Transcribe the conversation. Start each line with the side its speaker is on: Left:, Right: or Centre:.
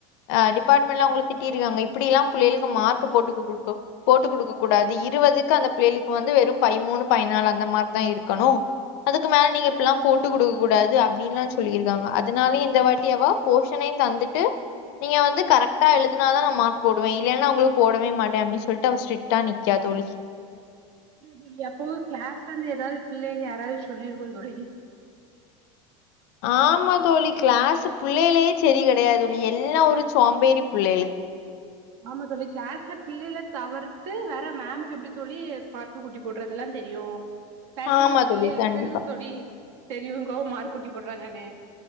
Left: அ டிபார்ட்மெண்ட்ல அவங்கள திட்டிருக்காங்க இப்டில்லா பிள்ளைகளுக்கு மார்க் போட்டு குடுக்க போட்டு குடுக்க கூடாது இருவதுக்கு அந்த பிள்ளைகளுக்கு வந்து வெறு பதிமூணு பதினாலு அந்த மாரிதா இருக்கணு அதுக்கு மேல நீங்க இப்பில்லா போட்டு குடுக்க கூடாது அப்டின்ல்லா சொல்லிருக்காங்க அதனாலே இந்த வாட்டி அவ போஷனையு தந்துட்டு நீங்க வந்து கரெக்டா எழு துனாதா நா மார்க் போடுவே இல்லைன்னா அவங்களுக்கு போடவே மாட்டே அப்டி சொல்ட்டு அவ ஸ்டிரிக்டா நிக்கா தோழி
Right: இல்ல தோழி அப்போ கிளாஸ்ல இருந்து எதாது பிள்ளைல யாராவது சொல்லி இருக்கு தோழி
Left: ஆமா தோழி கிளாஸ் பிள்ளைலே செரி கெடையாது தோழி எல்லா ஒரு சோம்பேறி பிள்ளைகளு
Right: ஆமா தோழி கிளாஸ்ல பிள்ளைல தவிர்த்து வேற மேமுக்கு எப்டி தோழி மார் கு கூட்டி போடுறதெல்லா தெரியு கிளாஸ்ல
Left: ஆமா
Right: உள்ள பிள்ளைகளுக்கு
Left: தோழி கண்டிப்பா
Right: தானே தோழி தெரியுங்கோ மார்க் கூட்டி போட்றாங்கனு